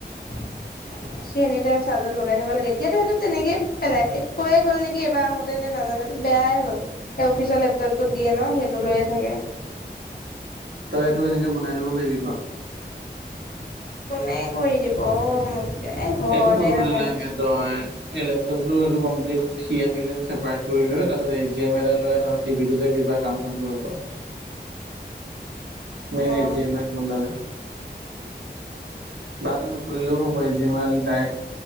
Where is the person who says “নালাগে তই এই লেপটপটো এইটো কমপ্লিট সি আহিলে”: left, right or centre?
Right